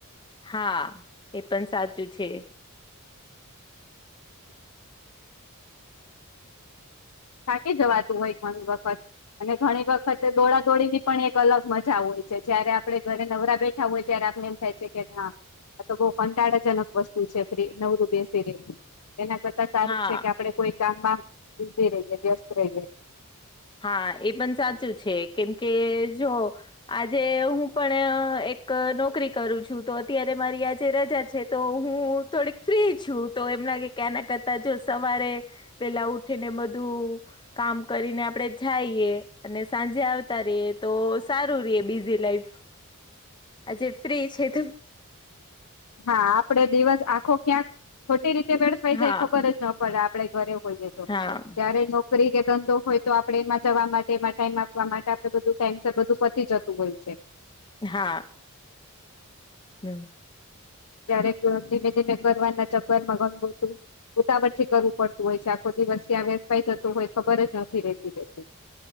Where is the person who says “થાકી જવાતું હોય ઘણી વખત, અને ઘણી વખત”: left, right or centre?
Left